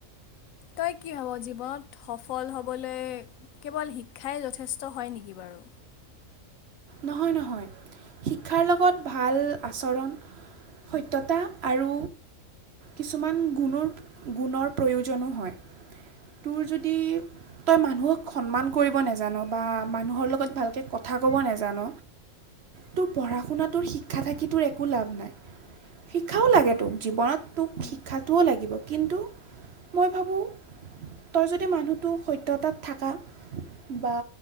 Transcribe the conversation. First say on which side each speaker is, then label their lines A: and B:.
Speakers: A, on the left; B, on the right.
A: তই কি ভাব, জীৱনত সফল হ'বলে কেৱল শিক্ষাই যথেষ্ট হয় নেকি বাৰু?
B: নহয় নহয় শিক্ষাৰ লগত ভাল আচৰণ সত্যতা আৰু কিছুমান গুণৰ গুণৰ প্ৰয়োজনো হয়, তোৰ যদি তই মানুহক সন্মান কৰিব নাজান বা মানুহৰ লগত ভালকে ক কথা ক'ব নাজান। তোৰ পঢ়া শুনাটোৰ শিক্ষা থাকি তোৰ একো লাভ নাই। শিক্ষাও লাগে
A: হয়,
B: তোক, জীৱনত তোক
A: উম।
B: শিক্ষাটোও লাগিব, কিন্তু মই ভাবোঁ তই যদি মানুহটো সত্যতাত থাকা, বা